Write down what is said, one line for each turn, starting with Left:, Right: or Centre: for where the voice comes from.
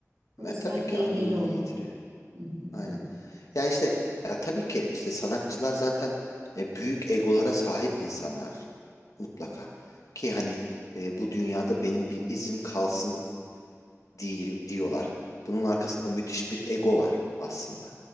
Right: O yüzden
Left: E, tabii ki
Right: dengeli
Left: anlamını
Right: olmalı.
Left: yitiriyor.
Right: Hı hı
Left: Aynen.
Right: hı.
Left: Yani işte ya tabii ki işte sanatçılar zaten e, büyük egolara sahip insanlar mutlaka. Ki hani e, bu dünyada benim bir izim kalsın di- diyorlar. Bunun arkasında müthiş bir ego var aslında.